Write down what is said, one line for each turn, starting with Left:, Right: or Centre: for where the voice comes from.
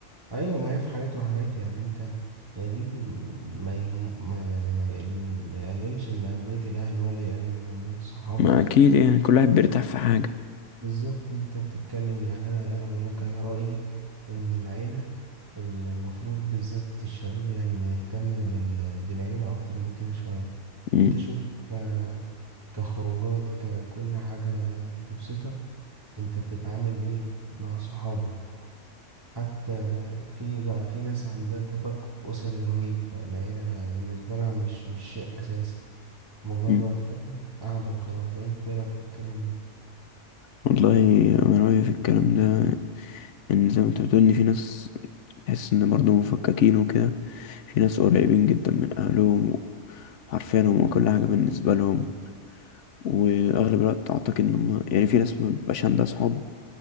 Right: ايوه ما هي في حاجات وحاجات يعني انت يعني ما, يهم ما يعني ما يعني ما يقللش من اهميه الاهل ولا يقلل من اهميه الصحاب
Left: ما أكيد يعني كل واحد بيرتاح في حاجة
Right: بالظبط انت بتتكلم يعني انا انا بقول لك انا رايي ان العيله المفروض بالذات الشباب يعني نهتم بال بالعيله اكتر من كده شويه
Left: مم.
Right: انت شوف آه، كخروجات ككل حاجه بتبسطك انت بتتعامل ايه مع صحابك حتى في بقى في ناس عندها تفكك أسري رهيب العيلة بالنسبة لها مش مش شيء أساسي مجرد
Left: مم.
Right: فاهم قاعدة وخلاص أنت إيه رأيك في الكلام ده
Left: والله أنا رأيي في الكلام ده إن زي ما أنت بتقول إن في ناس تحس إن برضه مفككين وكده في ناس قريبين جدا من أهلهم وعارفينهم وكل حاجة بالنسبة لهم وأغلب الوقت أعتقد إن هم يعني في ناس مبيبقاش عندها صحاب